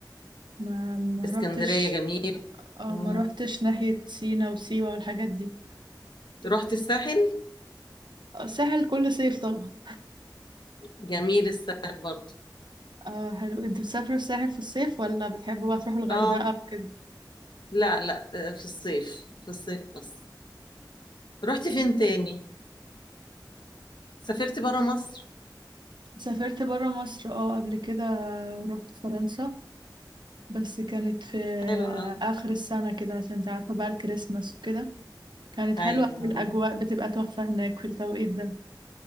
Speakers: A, on the right (about 75°); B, on the left (about 70°).
A: ما ما
B: اسكندرية
A: روحتش
B: جميلة
A: آه
B: مم.
A: ما روحتش ناحية سينا وسيوة والحاجات دي
B: رحت الساحل
A: آه، الساحل كل صيف طبعا
B: جميل الساحل برضه
A: آه حلو أنت بتسافروا الساحل في الصيف ولا بتحبوا بقى تروحوا الغردقة
B: اه
A: وكده
B: لا لا آه، في الصيف في الصيف بس رحت فين تاني سافرت برا مصر
A: سافرت برا مصر اه قبل كده رحت فرنسا بس كانت في
B: حلو قوي
A: آخر السنة كده عشان انت عارفة بقى الكريسماس وكده كانت
B: ايوه
A: حلوة
B: تمام
A: أوي الأجواء بتبقى تحفة هناك في التوقيت ده